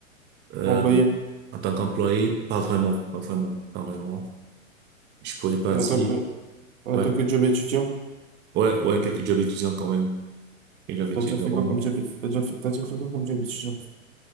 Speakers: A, on the right; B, on the right.
A: euh,
B: Employé.
A: en tant qu'employé, pas vraiment, pas vraiment, pas vraiment. Je pourrais pas
B: En
A: dire,
B: tant que, en
A: ouais,
B: tant que job étudiant,
A: ouais, ouais, quelques jobs étudiants quand même, quelques jobs étudiants.
B: t'as déjà fait quoi comme job, étu- t'as déjà fait, t'as déjà fait quoi comme job étudiant?